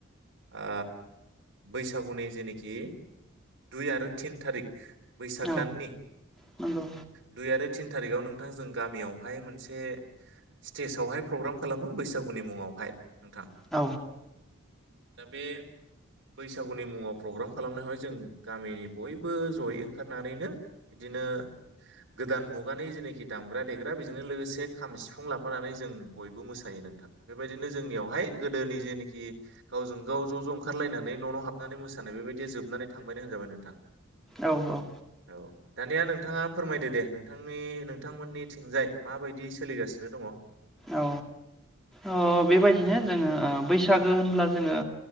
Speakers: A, on the right (about 60°); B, in the centre.
A: ओ बैसागुनि जेनेख खि दुइ आरो तिन थारिख बैसाग
B: औ
A: दाननि
B: नंगौ
A: दुइ आरो थिन थारिकआव नोंथां जों गामियावहाय मोनसे स्टेजावहाय प्रग्राम खालामो बैसागुनि मुंङावहाय नोंथां
B: औ
A: दा बे बैसागुनि मुङाव प्रग्राम खालामनोहाय जों गामिनि बयबो जयै ओंखारनानैनो बिदिनो गोदान मुगानि जेनोखि दामग्रा देग्रा बेजोंनो लोगोसे खाम सिफुं लाफानानै जों बयबो मोसायो नोंथां बेबायदिनो जोंनियावहाय गोदोनि जेनोखि गावजों गाव ज' ज' ओंखारलायनानै न' न' हाबनानै मोसानाय बेबायद दि जोबनानै थांबायानो होनजाबाय नोंथां
B: औ औ
A: औ दानिया नोंथांङा फोरमायदो दे नोंथांनि नोंथांमोननि थिंजाय माबायदि सोलिगासिनो दंङ
B: औ अ बेबायदिनो जोंङो बैसागो होनब्ला जोङो